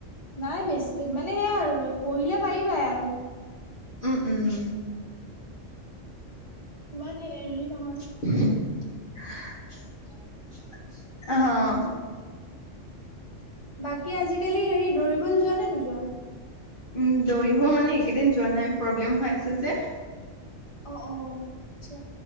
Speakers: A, on the left; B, on the left.
A: নাই বেছি মানে সেয়া আৰু পঢ়িলে পাৰিবাই আৰু
B: উম উম
A: ইমান এৰি নহয়
B: অ
A: বাকি আজিকালি হেৰি দৌৰিবলে যোৱা নে নোযোৱা
B: উম দৌৰিব মানে এইকেইদিন যোৱা নাই প্ৰব্লেম হৈ আছে যে
A: অ অ আটচছা